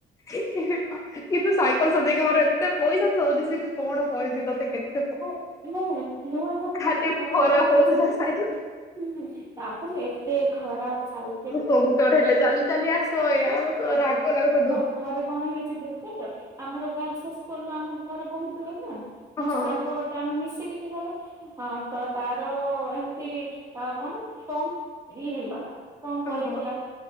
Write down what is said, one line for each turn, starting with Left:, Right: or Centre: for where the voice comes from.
Left: ହେ-ହେ ହଁ କିନ୍ତୁ ସାଇକେଲ ସଜେଇକି ମୋର ଏତେ ପଇସା ସରିଛି ବି କଣ କହିବି ତୋତେ କେତ୍
Right: ହଁ ନା-ନା ମୋର
Left: ଖାଲି
Right: ଜମା ଖରାପ୍
Left: ଖରାପ
Right: ହେବର
Left: ହଉଥିଲା
Right: କିଛି ନାହିଁ,
Left: ସାଇକେଲ
Right: ହୁଁ ତାପରେ ଏତେ ଖରାପ୍ ଚାଲ୍
Left: ପଞ୍ଚର୍ ହେଲେ ଚାଲି-ଚାଲି ଆସ ଏ ଆଉ ରାଗ ଲାଗ ଯୋଉ,
Right: ହଁ ଘରେ କଣ ହେଇଛି ଦୁର୍ କରିଛ, ଆମର ଗଲସା ସ୍କୁଲ ଆମ ଘର ବହୁତ୍ ଦୂର ନା ମୋ
Left: ହଁ
Right: ସାଙ୍ଗ ଗୋଟ୍ ତେ ଆମେ ମିଶିକି ଯିବାର ହଁ ତ ତାର ଏମିତି ଆଉ କଣ କମ୍, ଇଏ ହେଇଗଲା କମ୍
Left: ହଁ
Right: ପଳେଇଥିଲା